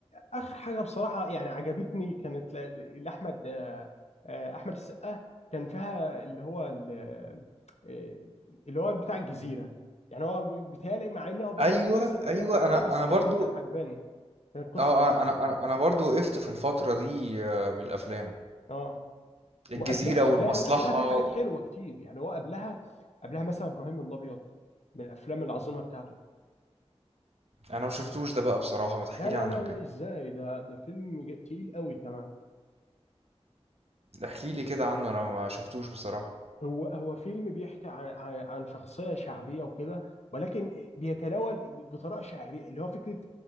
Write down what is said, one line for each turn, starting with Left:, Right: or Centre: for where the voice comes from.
Left: اخر حاجه بصراحه يعني عجبتني كانت ل- لاحمد آه، آه، احمد السقا كان فيها اللي هو ال- آه، اللي هو بتاع الجزيره يعني هو بيتهيألي مع انه برضه
Right: ايوه
Left: نفس الاداء
Right: ايوه
Left: وكده
Right: انا
Left: بس
Right: انا
Left: عادي
Right: برضو
Left: كان عجباني كانت قصه
Right: اه
Left: عجباني
Right: انا انا انا برضو وقفت في الفترة دي آه، من الافلام
Left: اه
Right: الجزيرة
Left: وقبلها
Right: والمصلحة
Left: قبلها قبلها في حاجات
Right: و...
Left: حلوه كتير يعني هو قبلها قبلها مثلا ابراهيم الابيض من الافلام العظيمه بتاعته
Right: انا ما شفتوش ده بقى بصراحة ما تحكيلي
Left: لا لا
Right: عنه
Left: لا
Right: كده
Left: لا ازاي ده ده فيلم ج- تقيل قوي كمان
Right: احكي لي كده عنه انا ما شفتوش بصراحة
Left: هو هو فيلم بيحكي عن عن عن شخصية شعبية وكده ولكن بيتناول بطريقة شعرية اللي هو فكرة